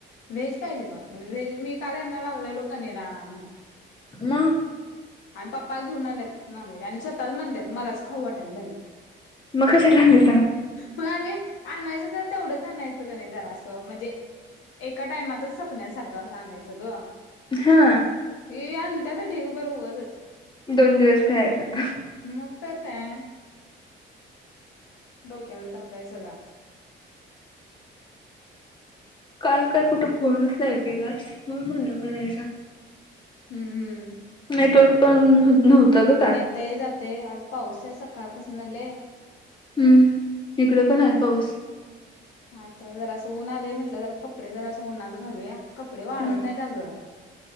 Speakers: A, on the left; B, on the left.
A: व्हेज पाहिजे बा व्हेज मी काल ह्यांना लागलेलो पनीराना आणा म्हणून.
B: मग?
A: आणि पप्पा घेऊन आल्यात नॉनव्हेज आणि स्वतःच म्हणताय मलाच खाऊ वाटण न झाले.
B: मग कशाले आणले?
A: म आणि आणायचं तर तेवढंच आणायचं क नाही जरा असं म्हणजे एका टायमातच सपन्यासारखं आणायचं गं.
B: हा.
A: ये आण त्यासाठी उ बरं उगचच
B: दोन दिवस खायचं.
A: मग तर काय. डोक्याल ताप आहे सगळा.
B: काल काय कुठं फोनच नाही केलास म्हणून म्हणलं करायचा.
A: हम्म हम्म.
B: नेटवर्क पण नव्हतं गं काल.
A: ते जाते आज पाऊस आहे सकाळ पासूनं लय.
B: हम्म इकडे पण आहे पाऊस.
A: आता जर असं उन्हाला म्हटलं जरा कपडे जर असं उन्हात घालूया कपडे वाढत
B: हम्म
A: नाहीत अगं.